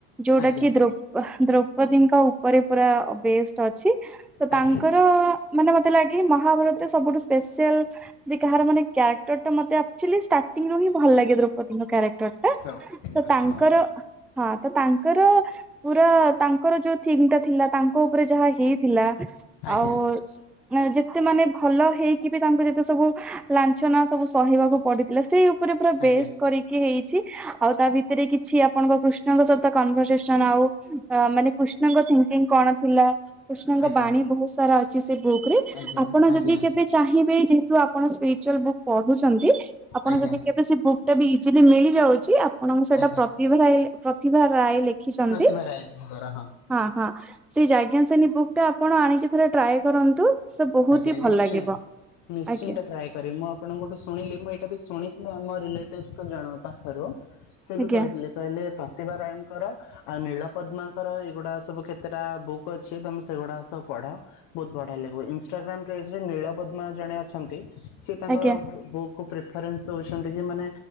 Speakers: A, in the centre; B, on the left.
A: ଯୋଉଟା
B: ଆଜ୍ଞା
A: କି ଦୋ ଆହ ଦ୍ରୌପଦୀଙ୍କ ଉପରେ ପୁରା ବେଷ୍ଟ ଅଛି। ତ ତାଙ୍କର
B: ଆଜ୍ଞା
A: ମାନେ ମତେ ଲାଗେ ମହାଭାରତରେ ସବୁଠୁ ସ୍ପେଶାଲ ବି କାହାର ମାନେ କ୍ୟାରେକ୍ଟର ଟା ମତେ ଆକଚୁଆଲି ଷ୍ଟାରଟିଙ୍ଗରୁ ହିଁ ଭଲ ଲାଗେ ଦ୍ରୌପଦଙ୍କ କ୍ୟାରେକ୍ଟର। ଟା
B: ଦ୍ରୌପଦୀଙ୍କର
A: ତ ତାଙ୍କର
B: ହଁ ହଁ
A: ହଁ ତ ତାଙ୍କର ପୁରା ତାଙ୍କର ଯୋଉ ଥିଙ୍କ ଟା ଥିଲା ତାଙ୍କ ଉପରେ ଯାହା ହେଇଥିଲା।
B: ଆଜ୍ଞା
A: ଆଉ ହଁ ଯେତେ ମାନେ ଭଲ ହେଇକି ବି ତାଙ୍କୁ ଯେତେ ସବୁ ଲାଁଛନା ସବୁ ସହିବାକୁ ପଡିଥିଲା ସେଇ ଉ ପୁରା ପୁରା
B: ଆଜ୍ଞା
A: ବେଷ୍ଟ କରିକି ହେଇ ତି ଆଉ ତା ଭିତରେ କିଛି ଆପଣଙ୍କ କୃଷ୍ଣଙ୍କ ସହିତ କନଭରସେସନ ଆଉ ଅ ମାନେ କୁ କୃଷ୍ଣଙ୍କ ଥିଙ୍କିଙ୍ଗ କଣ ଥିଲା କୃଷ୍ଣଙ୍କ
B: ଆଜ୍ଞା
A: ବାଣୀ ବ ବହୁତ୍ ସାରା ଅଛି ସେ ବୁକ୍ ରେ
B: ଆଜ୍ଞା
A: ଆପଣ
B: ଆଜ୍ଞା
A: ଯଦି କେବେ ଚାହିଁବେ ଯେହେତୁ ଆପଣ ସ୍ପିରିଚୁଆଲ୍ ବୁକ ପଢୁଛନ୍ତି ଆପଣ
B: ଆଜ୍ଞା
A: ଯଦି କେବେ ସେ ବୁକ୍ ଟା ବି ଇଯିଲି ମିଳି ଳିଚି ଆପଣଙ୍କୁ ସେଇଟା
B: ଆଜ୍ଞା
A: ପ୍ରତିଭା ରାଏ ପ୍ରତିଭା ରାୟ ଲେଖିଚନ୍ତି।
B: ପ୍ରତିଭା ରାୟ ଙ୍କର
A: ହଁ ହଁ ସେଇ ଯଜ୍ଞାସେନୀ ବୁକ୍ ଟା ଆପଣ ଆଣିକି ଥରେ ଟ୍ରାଏ କରନ୍ତୁ। ସେ ବହୁତ
B: ଆଜ୍ଞା
A: ହି
B: ନିଶ୍ଚିନ୍ତ
A: ଭଲ ଲାଗିବ
B: ନିଶ୍ଚିନ୍ତ
A: ଆଜ୍ଞା
B: ଟ୍ରାଏ କରିମି ମୁଁ ଆପଣଙ୍କଠୁ ଶୁଣିଲି ମୁଁ ଏଇଟା ବି ଶୁଣିଥିଲି ଆମ ରିଲେଟିଭସଙ୍କ ଜଣକ ପାଖରୁ। ସେ ବି
A: ଆଜ୍ଞା
B: କହିଥିଲେ କହିଲେ ପ୍ରତିଭା ରାୟ ଙ୍କର ଆଉ ନୀଳ ପଦ୍ମାଙ୍କର ଏଇଗୁଡା ସବୁ କେତେଟା ବୁକ୍ ଅଛି ତମେ ସେଗୁଡା ସବୁ ପଢ। ବହୁତ ବଢିଆ ଲାଗିବ ଇନଷ୍ଟାଗ୍ରାମ ପେଜରେ ନୀଳ ପଦ୍ମା ଜଣେ ଅଛନ୍ତି। ସିଏ ତାଙ୍କ
A: ଆଜ୍ଞା
B: ବ୍ରୁ ବୁକ୍ କୁ ପ୍ରିଫରେନ୍ସ ଦଉଛନ୍ତି କି ମାନେ